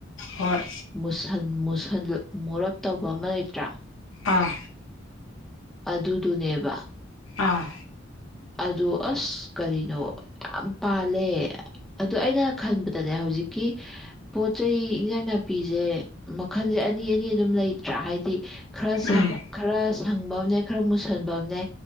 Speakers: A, on the left; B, in the centre.
A: ꯍꯣꯏ
B: ꯃꯨꯁꯟ ꯃꯨꯁꯟ ꯃꯨꯔꯞ ꯇꯧꯕ ꯑꯃ ꯂꯩꯇ꯭ꯔꯥ
A: ꯑꯥ
B: ꯑꯗꯨꯗꯨꯅꯦꯕ
A: ꯑꯥ
B: ꯑꯗꯨ ꯑꯁ ꯀꯔꯤꯅꯣ ꯌꯥꯝ ꯄꯥꯜꯂꯦ ꯑꯗꯨ ꯑꯩꯅ ꯈꯟꯕꯗꯅꯦ ꯍꯧꯖꯤꯛꯀꯤ ꯄꯣꯠ ꯆꯩꯩ ꯏꯟꯖꯥꯡ ꯅꯥꯄꯤꯁꯦ ꯃꯈꯜꯁꯦ ꯑꯅꯤ ꯑꯅꯤ ꯑꯗꯨꯝ ꯂꯩꯇ꯭ꯔꯥ ꯍꯥꯏꯗꯤ ꯈꯔ ꯁꯪ
A: ꯎꯝ
B: ꯈꯔ ꯁꯪꯕ ꯑꯃꯅꯦ ꯈꯔ ꯃꯨꯁꯟꯕ ꯑꯃꯅꯦ